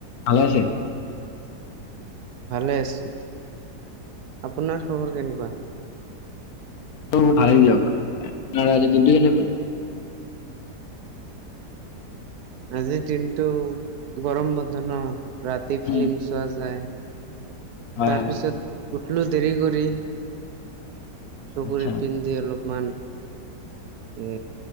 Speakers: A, on the left; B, on the right.
A: ভালে আছে?
B: ভালে আছোঁ। আপোনাৰ খবৰ কেনেকুৱা?
A: অ, ভালেই দিয়ক, আপোনাৰ আজি দিনটো কেনে গ'ল?
B: <unintelligible> আজিৰ দিনটো গৰম বন্ধ ন, ৰাতি ফিল্ম
A: উম
B: চোৱা যায়।
A: হয়
B: তাৰপিছত
A: হয়
B: উঠলো দেৰি কৰি। চকুৰ
A: আচ্ছা
B: ইপিনদি অলপমান এ